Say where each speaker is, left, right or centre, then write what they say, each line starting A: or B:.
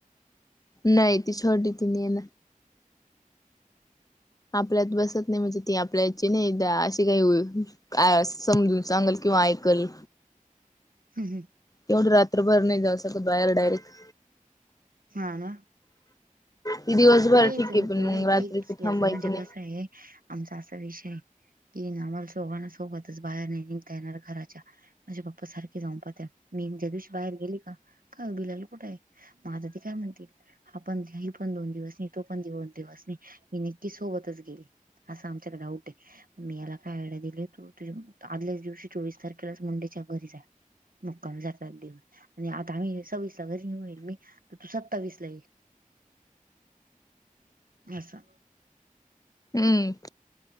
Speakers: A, on the left (about 25°); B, on the right (about 80°).
A: नाही ती छोटी ती नाही ये ना. आपल्यात बसत नाही म्हणजे ती आपल्याची नाहीदा अशी काही हो... काय समजून सांगल किंवा ऐकल.
B: हम् हम.
A: केवढे रात्रभर नाही जाऊ सकत बाहेर डायरेक्ट.
B: हा ना
A: ती दिवसभर
B: नाहीच
A: ठीक आहे
B: मी
A: पण
B: केलंय
A: मग रात्रीच
B: फी
A: थांबायचं
B: याचं म्हणजे
A: नाही.
B: कसं आहे. आमचा असा विषय कि आम्हाला चोघाला सोबतच बाहेर नाही निघता येणार घराच्या. माझ्या बाप्पा सारखे जाऊ पाहत्या मी ज्या दिवशी बाहेर गेली का बिलाल कुठ आहे माझध काय म्हणतील हा पण्याी पण दोन दिवस नाही तो पण दिन दिवस नाही ही नक्की सोबतच गेली असं आमच्याकड आऊट हे. मी याला काय आयडिया दिली तू तुझ्या आदल्याच दिवशी चोवीस तारखेलाच मुंडेच्या घरी जा. मुक्काम जातात दिवस आणि आता आम्ही सवीसला घरी येेऊन मी. तू सत्तावीस ला ते असं
A: हम्म.